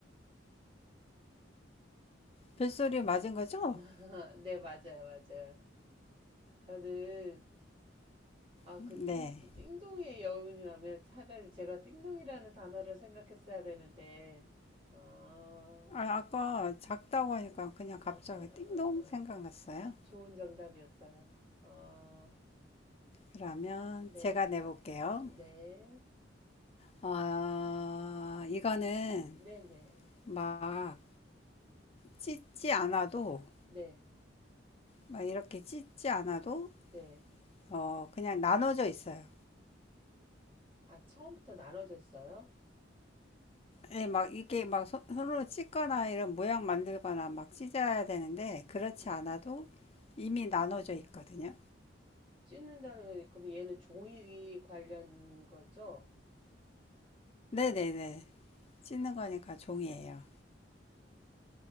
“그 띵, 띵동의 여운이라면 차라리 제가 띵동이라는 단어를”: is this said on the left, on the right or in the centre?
Right